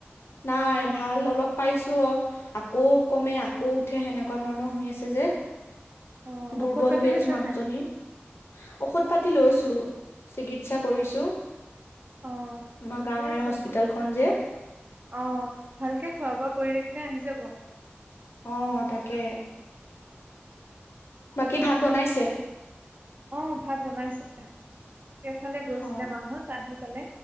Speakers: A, on the left; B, on the right.
A: নাই ভাল অলপ পাইছো অ। আকৌ কমে আকৌ উঠে সেনেকুৱা ধৰণৰ শুই আছে যে।
B: <inaudible>
A: দুৰ্বল
B: ঔষধ পাতি
A: হৈ
B: লৈছা
A: আছো মানুহজনীৰ।
B: নাই
A: ঔষধ পাতি লৈছো, চিকিৎসা কৰিছো।
B: অ
A: আমাৰ
B: ঠিকে
A: গাঁৱৰে
B: আছে
A: হস্পিতালখন যে।
B: অ ভালকে খোৱা -বোৱা কৰি থাকিলে আহি যাব।
A: অ তাকে। বাকী ভাত বনাইছে?
B: অঁ ভাত বনাইছে? এফালে গৈছিলে
A: অ
B: মাহঁত আহি পালে।